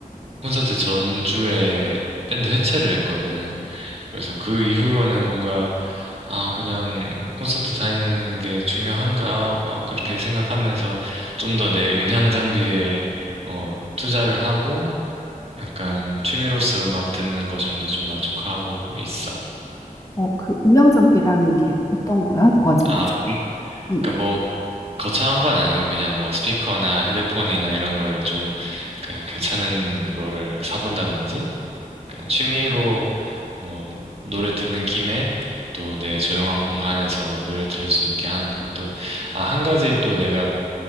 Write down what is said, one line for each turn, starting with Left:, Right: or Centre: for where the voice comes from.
Right: 콘서트 전주에 밴드 해체를 했거든. 그래서 그 이후로는 뭔가 아 그냥 콘서트 다니는 게 중요한가 막 그렇게 생각하면서 좀 더 내 음향 장비에 어 투자를 하고 약간 취미로서 음악 듣는 거 정도에 좀 만족하고 있어.
Left: 어, 그 음향 장비라는 게 어떤 거야? 너가 지금
Right: 아
Left: 주제.
Right: 그러니까
Left: 응.
Right: 뭐 거창한 건 아니고 그냥 뭐 스피커나 헤드폰이나 이런 거를 좀 그냥 괜찮은 거를 사본다든지 그냥 취미로 뭐 노래 듣는 김에 또 내 조용한 공간에서 노래 들을 수 있게 하는 거야. 또, 아, 한 가지 또 내가